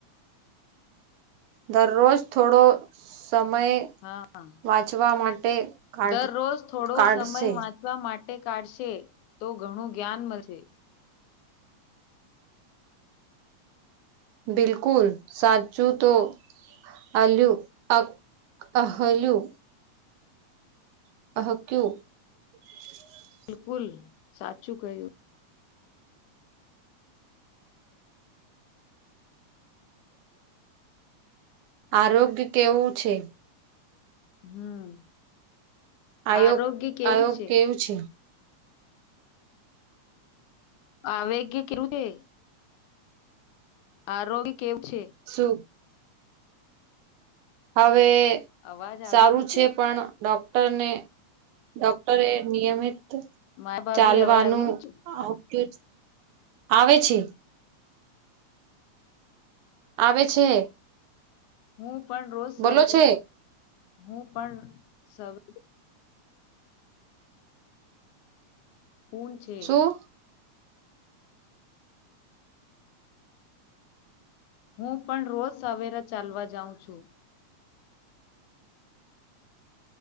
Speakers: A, on the right; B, on the left.
A: દરરોજ થોડો સમય
B: હા.
A: વાંચવા માટે કાઢ
B: દરરોજ થોડો
A: કાઢશે
B: સમય વાંચવા માટે કાઢશે તો ઘણું જ્ઞાન મળશે.
A: બિલકુલ સાચું તો <unintelligible> અ હલું <unintelligible> <inaudible>
B: બિલકુલ સાચું કહ્યું.
A: આરોગ્ય કેવું છે?
B: હમ
A: આયોગ
B: આરોગ્ય કેવું છે?
A: <unintelligible>
B: <unintelligible> આરોગ્ય કેવું છે?
A: શું? અવે
B: અવાજ આવી
A: સારું
B: રહી
A: છે પણ ડોક્ટરને ડોક્ટરે નિયમિત
B: મારા ભાભી
A: ચાલવાનું
B: અવાજ આવી રહી છે
A: <unintelligible> આવે છે. આવેે છે.
B: હું પણ રોજ સવારે
A: બોલો છે
B: હું પણ સવારે <unintelligible>
A: શું
B: હું પણ રોજ સવારે ચાલવા જાઉં છું.